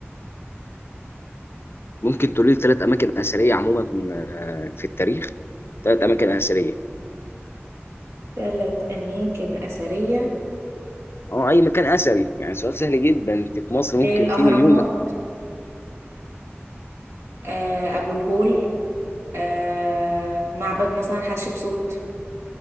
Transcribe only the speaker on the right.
ثلاث أماكن أثرية
الأهرامات
آه، أبو الهول آه، معبد مثلا حتشبسوت